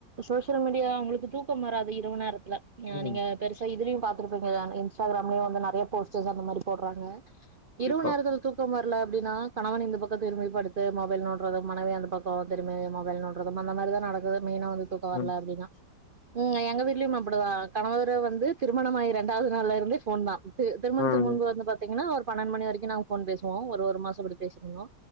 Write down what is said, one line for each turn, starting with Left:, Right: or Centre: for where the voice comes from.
Right: சோஷியல் மீடியா உங்ளுக்கு தூக்கம் வராது இரவு நேரத் தில
Left: ம்.
Right: நீங்க பெருசா இதுலயு பாத்துருப்பீங்க தானே இன்ஸ்டாகிராம்லயு வந்து நெறைய போஸ்டர்ஸ் அந்த மாரி போட்றாங்க
Left: கண்டிப்பா.
Right: இரவு நேரத்துல தூக்கம் வர ல எப்டினா கணவன் இந்த பக் திரும்பிப்படுத்து மொபைல் நோண்ட்றது மனைவி அந்த பக்கொ திரும்பி மொபைல் நோண்ட்றது அந்த மாரி தா நடக்குது மெய்னா வந்து தூக்கம்
Left: ம்.
Right: வரல அப்டின்னா ம் எங்க வீட் லயு அப்டி தா கணவரு வந்து திருமணமாயி ரெண்டாவது நாள்லருந்தே ஃபோன் தா தி திருமணத்துக்கு
Left: ம்.
Right: முன்பு வந்து பாத்தீங்கனா ஒரு பன்னெண் மணி வரைக்கு நாங்க ஃபோன் பேசுவோ ஒரு ஒரு மாசோ இப்டி பேசிட்ருந்தோ